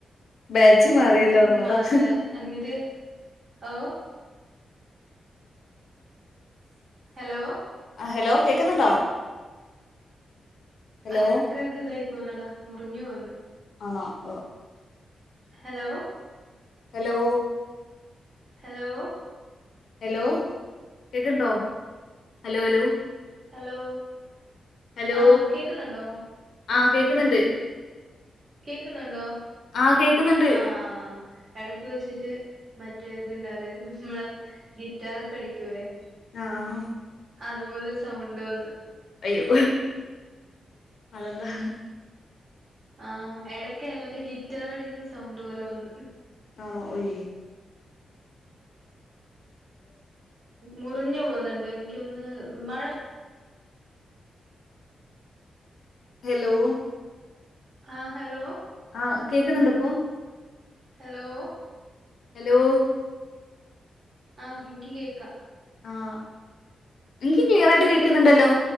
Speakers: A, on the left (about 70°); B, on the right (about 50°).
A: ബേച്ച് മാറിയല്ലോന്ന്
B: ഉം
A: അതാ
B: അതെ എന്നിട്ട് ഓ ഹലോ
A: അഹ് ഹലോ കേക്കുന്ന്ണ്ടോ ഹലോ
B: ആഹ് എടക്കൊക്ക് ഇതായി പോവ്ന്നടാ മുറിഞ്ഞു പോന്ന്.
A: ആണോ ഓ
B: ഹലോ
A: ഹലോ
B: ഹെലോ
A: ഹലോ കേക്ക്ണ്ടോ ഹലൊ ഹലൊ.
B: ഹലോ
A: ഹലോ
B: ആഹ് കേക്ക്ന്നുണ്ടോ.
A: ആഹ് കേക്ക്ന്ന്ണ്ട്
B: കേക്കുന്നുണ്ടോ
A: ആഹ് കേക്കുന്നുണ്ട്
B: ആഹ്. എടക്ക് വെച്ചിട്ട് മറ്റെ ഇത്ണ്ടാവൂലേ. നമ്മളെ ഗിറ്റാറൊക്കെ അടിക്കൂല്ലേ.
A: ആഹ്
B: അതുപോലെ സൗണ്ട് വന്ന്
A: അയ്യോ <inaudible> അതന്താ
B: ആഹ് എടക്ക് മറ്റെ ഗിറ്റാർ അടിക്കുന്ന സൗണ്ട് പോലെ വന്ന്.
A: ഉം
B: മുറിഞ്ഞു പോകുന്ന്ണ്ട്. ഇൻക്ക് തോന്ന് മഴ <unintelligible>
A: ഹെലോ
B: ആഹ് ഹെലോ.
A: ആഹ് കേക്ക്ന്ന്ണ്ട ഇപ്പോ
B: ഹെലോ.
A: ഹെലോ.
B: ആഹ് ഇൻക്ക് കേക്ക
A: ആഹ് ഇൻക്ക് ക്ലിയർ ആയിട്ട്
B: നിങ്ങക്ക്
A: കേക്ക്
B: കേക്കുന്നില്ല
A: ന്ന്ണ്ടല്ലോ.